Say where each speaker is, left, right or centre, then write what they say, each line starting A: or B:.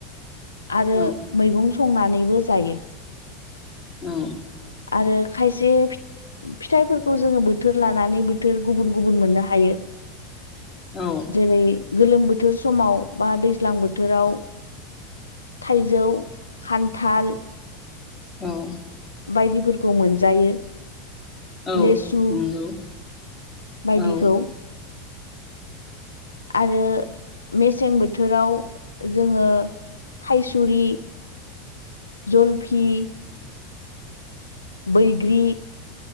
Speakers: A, on the left; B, on the left.
A: आरो
B: औ
A: मैगं संनानैबो जायो।
B: औ
A: आरो खायसे फिथाइफोरखौ जोङो बोथोर लानानै बोथोर गुबुन गुबुन मोननो हायो।
B: औ
A: जेरै गोलोम बोथोर समाव बा दैज्लां बोथोराव थाइजौ। खान्थाल
B: औ
A: बायदिफोरखौ मोनजायो।
B: औ
A: लेसु
B: नंगौ
A: बायदिखौ
B: औ
A: आरो मेसें बोथोराव जोङो थाइसुरि, जलफि बैग्रि